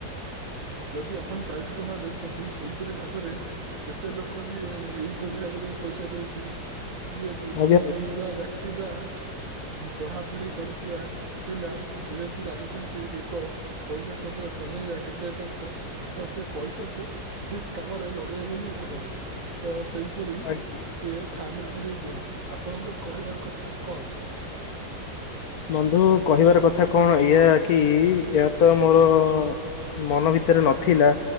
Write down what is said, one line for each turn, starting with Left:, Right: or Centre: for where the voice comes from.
Right: ଯଦି ଆପଣ ଚାରିଶ ଟଙ୍କା ଦେଉଚନ୍ତି, ଏହିପରି ଭାବରେ କେତେ ଲୋକ ବି, ଏଇପରି ଭାବରେ ପଇସା ଦଉଥିବେ। ଯିଏ ବୁଝିବା
Left: ଆଜ୍ଞା
Right: ବ୍ୟକ୍ତି ବା, ପଢାପଢି କରୁଥିବା ପିଲା, ଯେହେତୁ ଜାଣିଚନ୍ତି, ଏକ ପଇସା କେବେ କମେଇବା କେତେ କଷ୍ଟ, ତ ସେ ପଇସା କୁ ଠିକ କାମରେ, ଲ ଭାବନ୍ତି, ତ ସେହିପରି
Left: ଆଜ୍ଞା।
Right: ସେ ଖାମରେ ପୁରେଇ ଦିଅନ୍ତି। ଆପଣଙ୍କର କହିବାର କଥା କଣ?
Left: ବନ୍ଧୁ କହିବାର କଥା କଣ ଇଆ କି? ଏହା ତ ମୋର ମନ ଭିତରେ ନଥିଲା